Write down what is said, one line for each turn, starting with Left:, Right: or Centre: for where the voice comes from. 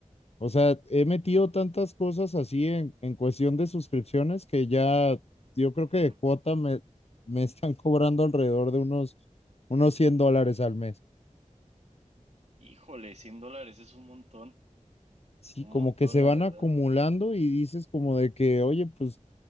Left: o sea, he metido tantas cosas así en, en cuestión de suscripciones que ya yo creo
Right: Ujú.
Left: que de cuota me, me están <laughs> cobrando alrededor de unos, unos 100 dólares al mes.
Right: Híjole, 100 dólares es un montón,
Left: Sí,
Right: un
Left: como
Right: montón,
Left: que se
Right: la
Left: van
Right: verdad.
Left: acumulando y dices como de que, oye, pues,